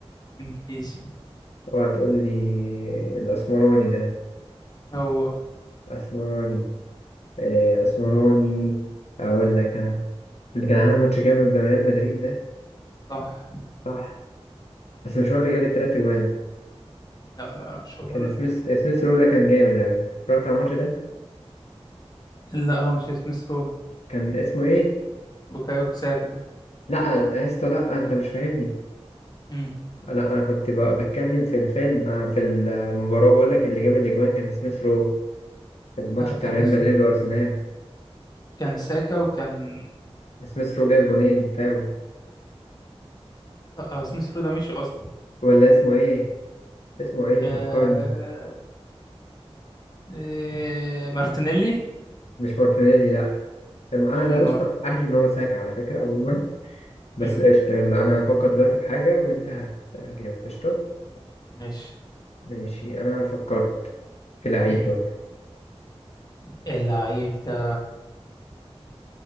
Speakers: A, on the left; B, on the left.
A: انجليزي
B: اوعى تقول لي الأسمراني ده
A: هو
B: أسمراني آه، أسمراني أقول لك أنا اللي كان عامل ماتش جامد ده ريال مدريد ده
A: صح
B: صح بس مش هو اللي جاب التلات أجوان
A: لا لا مش هو
B: كان
A: لا
B: سميث سميث رو ده كان جامد أوي اتفرجت على الماتش ده
A: لا هو مش اسم سرو
B: كان اسمه إيه؟
A: بوكايوكو ساكا ده
B: لأ يا اسطى لأ أنت مش فاهمني
A: امم
B: لأ أنا كنت ب- بتكلم في الفيلم آه، في المباراة بقول لك اللي جاب الأجوان كان سميث رو في الماتش
A: لا كان
B: بتاع ريال
A: اسم
B: مدريد وأرسنال
A: كان ساكا وكان
B: سميث رو جاب جونين فاول
A: لا هو اسم سرو ده مش اصلا
B: ولا اسمه إيه؟ اسمه إيه
A: آه...
B: فكرني
A: آه... مارتينيلي
B: مش مارتينيلي لأ أم- أنا
A: اما
B: أنا أصلا عارف إن هو ساك على فكرة عموما بس
A: امم
B: قشطة يلا أنا هفكر دلوقتي في حاجة وأنت هتجاوب قشطة
A: ماشي
B: ماشي أنا فكرت في لعيب
A: امم
B: برضه
A: اللعيب ده